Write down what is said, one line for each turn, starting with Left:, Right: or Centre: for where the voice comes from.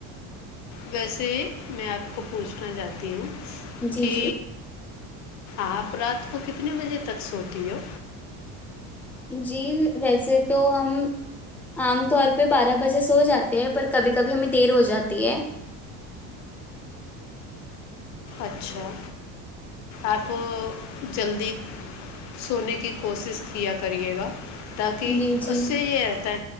Left: ویسے میں آپ کو پوچھنا چاہتی ہوں
Centre: جی
Left: کہ
Centre: جی
Left: آپ رات کو کتنے بجے تک سوتی ہو
Centre: جی ویسے تو ہم عام طور پہ بارہ بجے سو جاتے ہیں پر کبھی کبھی ہمیں دیر ہو جاتی ہے
Left: اچھا آپ جلدی سونے کی کوشش کیا کریے گا تاک
Centre: جی جی
Left: اسے ہییرتا ہے